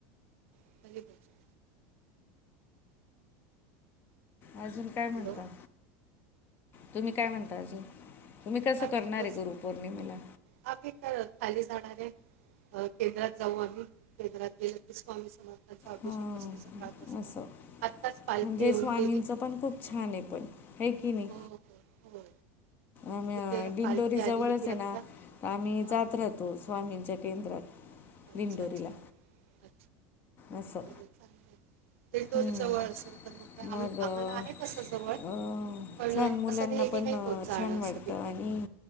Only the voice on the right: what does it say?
<unintelligible>
हॅलो
मी
काय
ते बस
<unintelligible> खाली जाणार आहे. अ केंद्रात जाऊ आम्ही. केंद्रातील स्वामी <unintelligible> त्याचा अभिषेक
असतो सकाळपासून.
आत्ताच पालखी
येऊन
गेली.
हो हो हो
तिथे
पालखी
आली होती
आत्ता
हां
अच्छा
अच्छा अच्छा
बरं चांगलं दिंडोरी
जवळ असेल तर काय
आम
आम्हाला आहे तसं जवळ पण
असं नेहमी
नाही होत जाणं
असं तिथे